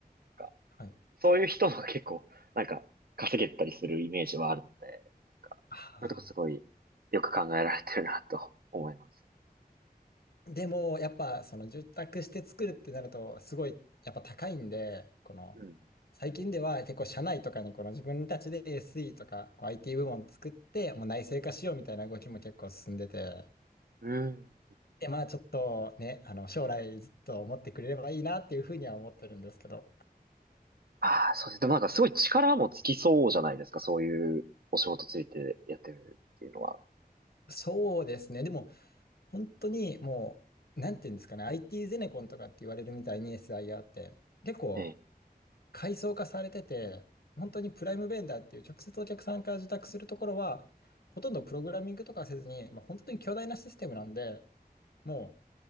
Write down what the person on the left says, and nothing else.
はい。
ああ。
でも、やっぱ、その、住宅して作るってなると、すごい、やっぱ高いんで、この、
最近では結構、社内とかに、この自分たちで SE とか、こう IT 部門作って、もう内製化しようみたいな動きも結構進んでて、
で、まあ、ちょっとね、あの、将来ずっと思ってくれればいいなっていうふうには思ってるんですけど、
そうですね。でも、本当にもう、なんていうんですかね、IT ゼネコンとかって言われるみたいに SIR って、結構、
階層化されてて、本当にプライムベンダーっていう直接お客さんから受託するところは、ほとんどプログラミングとかせずに、まあ、本当に巨大なシステムなんで、もう